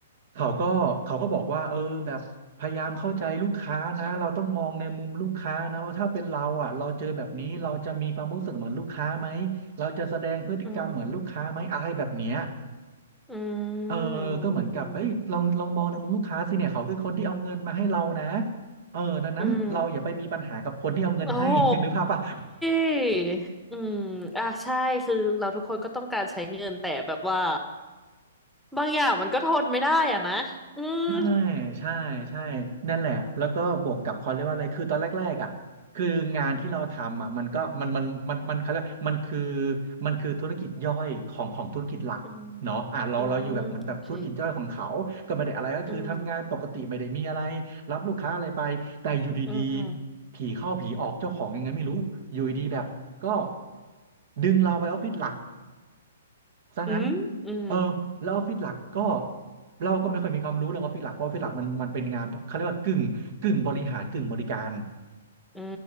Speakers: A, on the right; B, in the centre.
A: เขาก็เขาก็บอกว่าเออแบบพยายามเข้าใจลูกค้านะเราต้องมองในมุมลูกค้านะว่าถ้าเป็นเราอ่ะเราเจอแบบนี้เราจะมีความรู้สึกเหมือนลูกค้าไหมเราจะแสดงพฤติกรรมเหมือนลูกค้าไหมอะไรแบบเนี้ย
B: อืมอื
A: เออก็เหมือนกับเอ้ยลองลองมองในมุมลูกค้าสิเนี่ยเขาคือคนที่เอาเงินมาให้เรานะ
B: มอืมอืมอืม
A: เออดังนั้นเราอย่าไปมีปัญหากับคนที่เอาเงินให้
B: อืมโอ้โห
A: <laughs> นึกภาพป่ะ
B: ยอืมอ่ะใช่คือเราทุกคนก็ต้องการใช้เงินแต่แบบว่า บางอย่างมันก็ทนไม่ได้อ่ะนะ อืม
A: ใช่ใช่ใช่ นั่นแหละ แล้วก็บวกกับเขาเรียกว่าอะไรคือตอนแรกๆอ่ะคืองานที่เราทำอ่ะมันก็มันมันมันมันเขาเรียกมันคือมันคือธุรกิจย่อยของของธุรกิจหลักเนาะอ่ะเราเราอยู่แบบเหมือนแบบธุรกิจย่อยของเขาก็ไม่ได้อะไรก็คือทำงานปกติไม่ได้มีอะไร
B: อืมอืมโอเคอืม
A: รับลูกค้าอะไรไปแต่อยู่ดีๆผีเข้าผีออกเจ้าของยังไงไม่รู้อยู่ดีๆแบบก็
B: อืม
A: ดึงเราไปออฟฟิศหลัก ซะงั้น
B: อืมอืม
A: เออแล้วออฟฟิศหลักก็เราก็ไม่ค่อยมีความรู้เรื่องออฟฟิศหลักเพราะออฟฟิศหลักมันมันเป็นงานแบบเขาเรียกว่ากึ่งกึ่งบริหารกึ่งบริการ
B: อื